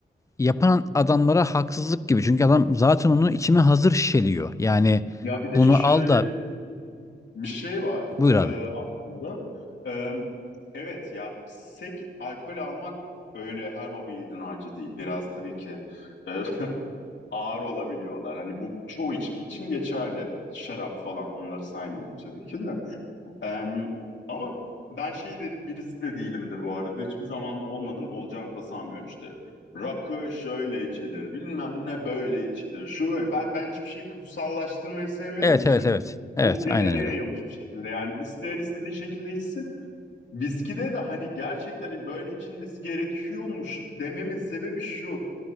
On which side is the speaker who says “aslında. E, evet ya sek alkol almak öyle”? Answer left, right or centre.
Left